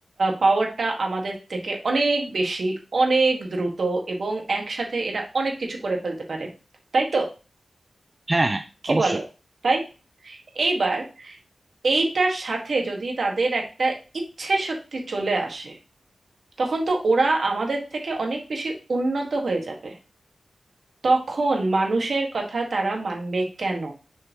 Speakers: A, on the right (about 60°); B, on the right (about 25°).
A: পাওয়ারটা আমাদের থেকে অনেক বেশি অনেক দ্রুত এবং একসাথে এরা অনেক কিছু করে ফেলতে পারে তাই তো
B: হ্যাঁ হ্যাঁ
A: কি
B: অবশ্যই
A: বলো তাই এইবার এইটার সাথে যদি তাদের একটা ইচ্ছে শক্তি চলে আসে তখন তো ওরা আমাদের থেকে অনেক বেশি উন্নত হয়ে যাবে তখন মানুষের কথা তারা মানবে কেন